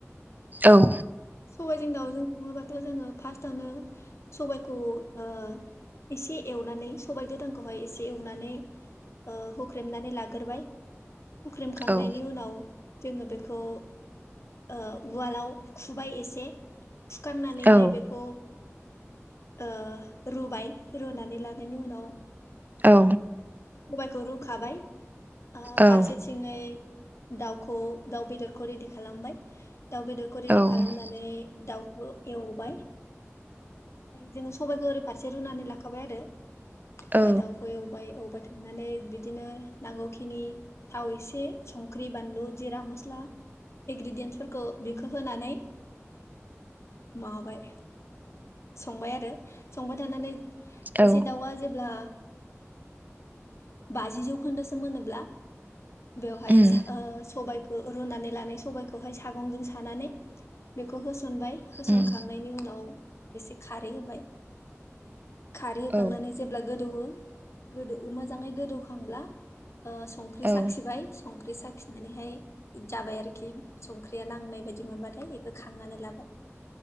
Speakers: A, on the right; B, on the left.
A: औ
B: सबायजों दाउजों नुङोबाथ' जोङो फार्स्टआवनो सबायखौ ओ एसे एवनानै सबायाइ गोदांखौहाय एसे एवनानै ओ हुख्रेमनानै लाग्रोबाय हुख्रेमखांनायनि
A: औ
B: उनाव जोङो बेखौ ओ उवालाव खुबाय एसे से सुखांनानैहाय
A: औ
B: बेखौ ओ रुबाय रुनानै लानायनि उनाव,
A: औ।
B: सबायखौ रुखाबाय,। ओ
A: औ
B: फारसे सिङै दाउखौ दाउ बेदरखौ रेडि खालामबाय, दाउ बेदरखौ रेडि
A: औ
B: खालामनानै दाउखौ एवबाय जोङो सं सबायखौ ओरै फारसे रुनानै लाख <unintelligible> ओमफ्राय
A: औ
B: दाउखौ एवबाय एवबाय होननानै बिदिनो नांगौखिनि थाव एसे संख्रि बानलु जिरा मस्ला इनग्रिडियेन्सफोरखौ बेखौ होनानै माबाबाय संबाय आरो संबाय थानानै,।
A: औ
B: एसे दाउआ जेब्ला,। बाजि जौखोन्दोसो मोनोब्ला। बेवहाय
A: उम
B: ओ सबाय। खौ रुनानै लानाय सबायखौहाय सागंजों सानानै बेखौ होस होसनबाय होसनखांनायनि
A: उम
B: उनाव। एसे खारै होबाय। खारै होखांनानै
A: औ
B: जेब्ला गोदौवो गोदौ मोजाङै गोदौखांब्ला ओ संख्रि
A: औ
B: साखिबाय सं संख्रि साखिनानैहाय जाबाय आरोखि संख्रिया नांनाय बायदि मोनबाथाय बेखौ खांनानै लाबाय